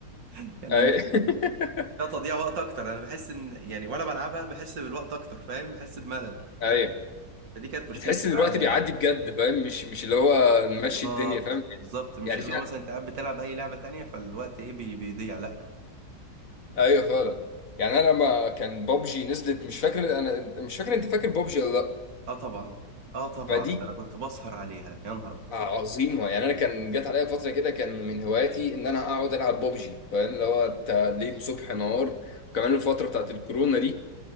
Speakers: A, on the right; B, on the left.
A: <laughs> يعني
B: اي <laughs>
A: لا تضييع وقت اكتر انا بحس ان يعني وانا بلعبها بحس بالوقت اكتر فاهم بحس بملل
B: ايوه
A: فدي كانت مشكلتي
B: بتحس ان الوقت
A: معاها
B: بيعدي
A: يعني
B: بجد فاهم مش مش اللي هو نمشي
A: بالظبط
B: الدنيا فاهم
A: بالظبط مش
B: يعني
A: اللي
B: في
A: هو مثلا انت قاعد بتلعب اي لعبة تانية فالوقت ايه بي بيضيع لا
B: ايوه فعلا يعني انا لما كان بابجي نزلت مش فاكر انا مش فاكر انت فاكر بابجي ولا لا
A: اه طبعا اه طبعا
B: فدي
A: ده انا كنت بسهر عليها يا نهار ابيض
B: عظيمة يعني أنا كان جات عليا فترة كده كان من هواياتي إن أنا أقعد ألعب ببجي فاهم اللي هو تا- ليل صبح نهار وكمان الفترة بتاعت الكورونا دي